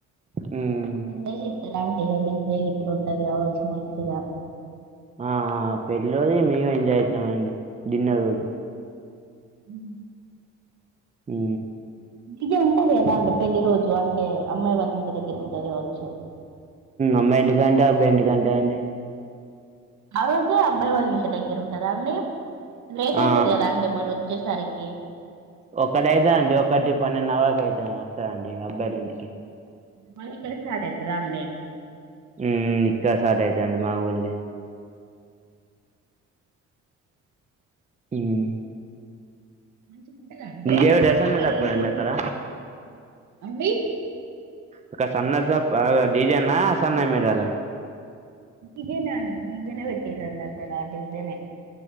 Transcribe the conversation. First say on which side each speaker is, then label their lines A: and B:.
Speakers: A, on the right; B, on the right.
A: హ్మ్.
B: గట్ అండి డీజే గిట్ల ఉంటది కావచ్చు మంచిగా
A: ఆ ఆ పెళ్లి రోజు మేము ఎంజాయ్ అవుతున్నామండి డిన్నర్ రోజు
B: ఉ
A: ఉ
B: ఈ గ ఉంటది కదా అండి పెళ్లి రోజు అంటే అమ్మాయి వాళ్ళ ఇంటి దగ్గర ఉంటది కావచ్చు
A: అమ్మాయి ఇంటికాంట అబ్బాయియింటికాంటండీ
B: ఆ రోజే అబ్బాయి వాళ్ళ ఇంటి దగ్గర ఉంటదా అండి లేట్
A: ఆ!
B: అవుతుది కదా అండి మరి వచ్చేసరికి ఈ
A: ఒకక్కడ అవుద అండి ఒకటి పన్నెండు అవక అవుతు వస్తాండి అబ్బాయిల ఇంటికి
B: మళ్ళీ ఇక్కడ స్టార్ట్ అవుతే దాండి
A: హ్మ్ ఇక్క స్టార్ట్ అవుతుండి మా ఊళ్ర్ళ హ్మ్
B: మంచిగా ఉంటదండి
A: డీజే పెడతారా సన్నడప్పుడండి
B: పెళ్లికి
A: అక్కడ?
B: అండి
A: ఒక సన్నస డీజన్న సన్నాయి మీరాల
B: ఈగేనే అడి డీజేనే పెట్టటిరం అక్కడ డీజేనే